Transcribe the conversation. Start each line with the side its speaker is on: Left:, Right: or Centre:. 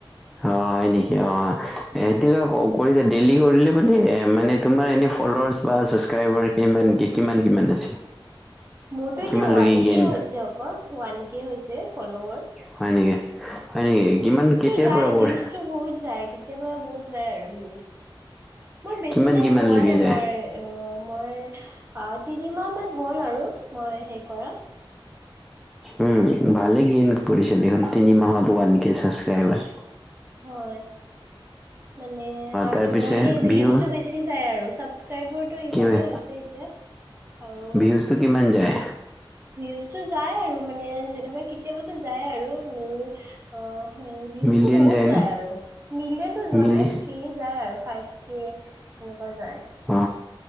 Centre: হয়, নেকি অ', সেইটো
Right: উম
Centre: ক কৰি ডেইলি কৰিলে মানে মানে তোমাৰ এনে ফল্লোৱাৰ্চ বা ছাব্ক্ৰাইবাৰ কিমান কি কিমান কিমান আছে?
Right: মোৰতো
Centre: কিমান
Right: এতিয়া ওৱান
Centre: লৈকে গেইন
Right: কে হৈছে অকল, ওৱান কে হৈছে ফল্লোৱাৰ্ছ।
Centre: হয় নেকি, হয় নেকি? কিমান কেতিয়াৰ
Right: যাই
Centre: পৰা কৰ
Right: ভিউজটো বহুত যায় কেতিয়াবা বহুত যায় আৰু ভিউজ। মই বেছি
Centre: কিমান
Right: দিন
Centre: কিমান
Right: হোৱা
Centre: লৈকে
Right: নাই
Centre: যায়
Right: মই অ', মই তিনিমাহ মান হ'ল আৰু মই হেই কৰা।
Centre: উম, ভালে গেইন কৰিছে দেখোন, তিনি মাহত ওৱান কে চাবস্ক্ৰাইবাৰ।
Right: হয়। মানে আৰু
Centre: তাৰপিছে
Right: তোমাৰ সেই ভিউজটো
Centre: ভিউ
Right: বেছি যায় আৰু ছাবস্ক্ৰাইবৰটো ইমানেই
Centre: কিমান
Right: হৈছে এতিয়া। আৰু
Centre: ভিউজটো কিমান যায়?
Right: ভউজটো যায় আৰু মানে যেনেকুৱা কেতিয়াবাটো যায় আৰু মোৰ অ সেই ভিউজটো
Centre: মিলিয়ন
Right: বহুত
Centre: যায়নে
Right: যায় আৰু মিলিয়নতো যোৱা
Centre: মিলি
Right: নাই সেই যায় আৰু ফাইভ কি এনেকুৱা যায়
Centre: অ